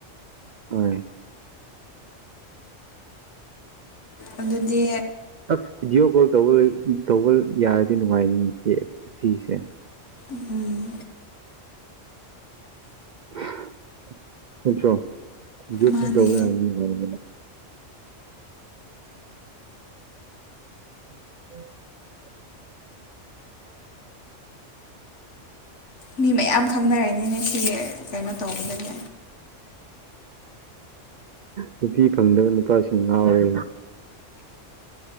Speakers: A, on the right; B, on the left.
A: ꯍꯣꯏ
B: ꯑꯗꯨꯗꯤ
A: ꯑꯁ ꯚꯤꯗꯤꯑꯣ ꯀꯣꯜ ꯇꯧꯕ ꯇꯧꯕ ꯌꯥꯔꯗꯤ ꯅꯨꯡꯉꯥꯏꯅꯤ ꯁꯤ ꯁꯤꯁꯦ
B: ꯎꯝ
A: <unintelligible>
B: ꯃꯥꯅꯦ
A: <inaudible>
B: ꯃꯤ ꯃꯌꯥꯝ ꯈꯪꯅꯔꯅꯤꯅꯦ ꯉꯁꯤ ꯀꯩꯅꯣ ꯇꯧꯕꯗꯒꯤ
A: ꯅꯨꯄꯤ ꯐꯪꯗꯕ ꯅꯨꯄꯥꯁꯤꯡ ꯉꯥꯎꯔꯦ